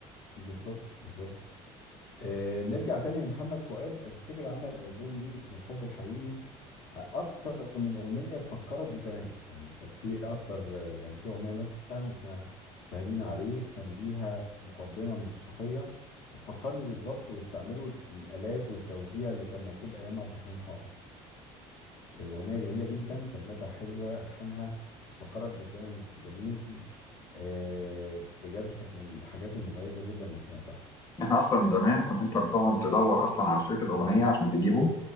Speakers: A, on the left; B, on the left.
A: بالظبط بالظبط آه، نرجع تاني لمحمد فؤاد افتكر عمل ألبوم ليه اسمه الحب الحقيقي اكتر من اغنيه تفكرك بزمان يعني كانت في اكتر يعني في اغنيه مثلا اسمها شاهدين عليه كان ليها مقدمه موسيقيه بتفكرني بالظبط واستعملوا الالات والتوزيع اللي كان موجود ايام عبد الحليم حافظ الاغنيه جميله جدا كلماتها حلوه الحانها بتفكرك بالزمن الجميل آه، بجد كانت من الحاجات المميزه جدا اللي سمعتها
B: احنا اصلا زمان كنت انت بتقعد تدور اصلا على شريط الاغنيه عشان تجيبه